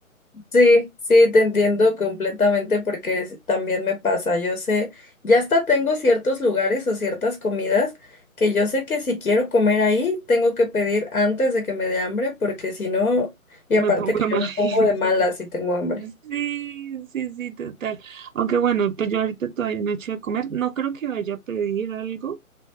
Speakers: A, on the left (about 80°); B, on the right (about 65°).
A: Sí, sí, te entiendo completamente porque es- también me pasa, yo sé, ya hasta tengo ciertos lugares o ciertas comidas que yo sé que si quiero comer ahí, tengo que pedir antes de que me dé hambre porque si no, y aparte
B: Me pongo
A: que
B: de mal
A: yo me pongo
B: <laughs> genio.
A: de malas si tengo hambre.
B: Sí, sí, sí, total. Aunque bueno, pues yo ahorita todavía no he hecho de comer. No creo que vaya a pedir algo